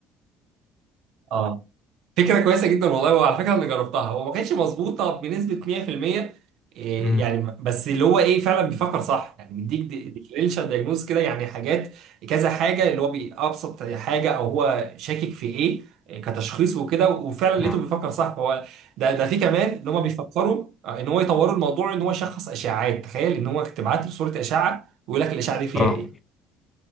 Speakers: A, on the right; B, on the left.
A: اه فكرة كويسة جدا والله وعلى فكرة أنا جربتها هو ما كانتش مظبوطة بنسبة 100% إيه
B: امم
A: يعني بس اللي هو إيه فعلا بيفكر صح يعني بيديك ديفرنشال دايجنوز كده يعني حاجات كذا حاجة اللي هو بأبسط حاجة أو هو شاكك في إيه إيه، كتشخيص وكده وفعلا لقيته
B: اه
A: بيفكر صح فهو ده ده في كمان إن هم بيفكروا آه، إن هو يطوروا الموضوع إن هو يشخص أشعاعات تخيل إن هو تبعت له صورة أشعة ويقول لك الأشعة دي فيها
B: اه
A: إيه